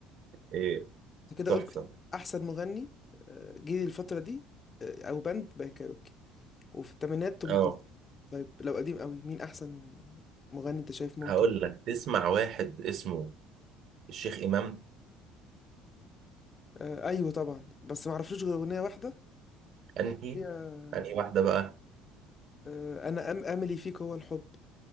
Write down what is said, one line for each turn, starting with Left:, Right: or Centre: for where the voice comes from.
Right: ايه
Left: انت كده
Right: تحفة
Left: قلت احسن مغني آه، جه الفتره دي آه، او باند بقى كايروكي وفي الثمانينات ام
Right: اه
Left: كلثوم طيب لو قديم قوي مين احسن مغني انت شايف ممكن
Right: هقول لك تسمع واحد اسمه الشيخ إمام
Left: آه، ايوه طبعا بس ما اعرفلوش غير اغنيه واحده
Right: انهي
Left: هي
Right: انهي واحدة بقى
Left: آه، انا أم املي فيك هو الحب